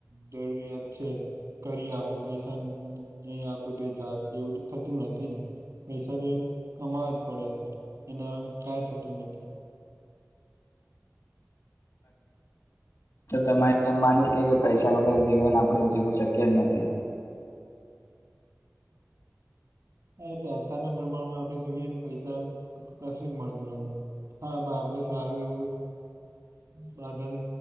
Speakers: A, on the right (about 85°); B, on the left (about 75°).
A: જરૂરિયાત છે કરી આપો પૈસા નહી આપૂ તો એ ચાલશે એવું થય થતું નથી ને પૈસા તો કમાવા જ પડે છે એના કા થતું નથી.
B: તો તમારે એમ માની કે પૈસા વગર જીવન આપડું જીવું શક્ય જ નથી.
A: હા એટલે અત્યારના પ્રમાણમાં જોઈએ પૈસા કશું જ મળતું નથી. હા <unintelligible> આપડે સારું એવું. બધાને